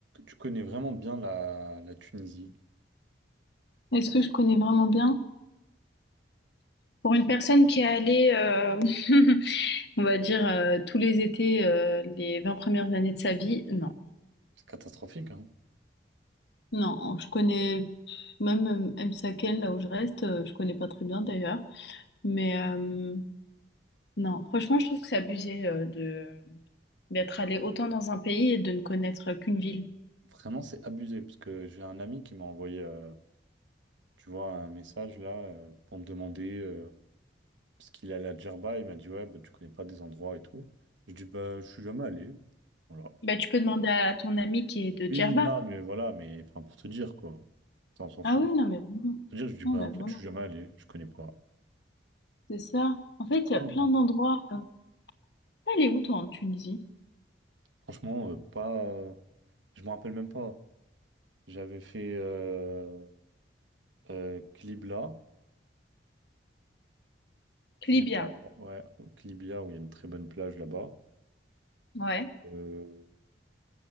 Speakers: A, on the right; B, on the left.
A: Tu connais vraiment bien la, la Tunisie.
B: Est-ce que je connais vraiment bien? Pour une personne qui est allée, euh, <laughs> on va dire, euh, tous les étés, euh, les 20 premières années de sa vie, non.
A: C'est catastrophique, hein.
B: Non, je connais même euh, M'Saken, là où je reste, euh, je connais pas très bien d'ailleurs. Mais euh, non, franchement, je trouve que c'est abusé euh, de d'être allé autant dans un pays et de ne connaître qu'une ville.
A: Vraiment, c'est abusé. Parce que j'ai un ami qui m'a envoyé, euh, tu vois, un message là euh, pour me demander euh, parce qu'il allait à Djerba. Il m'a dit, ouais, bah, tu connais pas des endroits et tout. Je dis, bah, je suis jamais allé. Voilà.
B: Bah, tu peux demander à ton ami qui est de
A: Oui,
B: Djerba.
A: là, mais voilà, mais enfin, pour te dire, quoi. Ça, on s'en
B: Ah
A: fout.
B: oui, non,
A: Pour
B: mais vraiment.
A: te dire, je dis,
B: Non,
A: bah,
B: mais
A: en
B: vraiment,
A: fait, je suis jamais allé. Je connais pas.
B: c'est ça. En fait, il
A: Ah,
B: y a
A: non.
B: plein d'endroits. euh, T'es allé où, toi, en Tunisie?
A: Franchement, euh, pas. euh, je me rappelle même pas. J'avais fait euh, euh, Qlibla. Qlibla,
B: Libya,
A: non, ouais, au Qlibla, où il y a une très bonne plage là-bas.
B: ouais.
A: Euh,